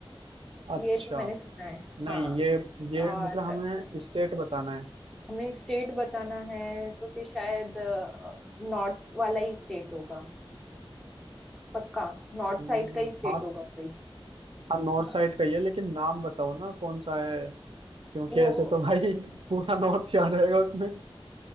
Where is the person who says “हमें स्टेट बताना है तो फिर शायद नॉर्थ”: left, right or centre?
Centre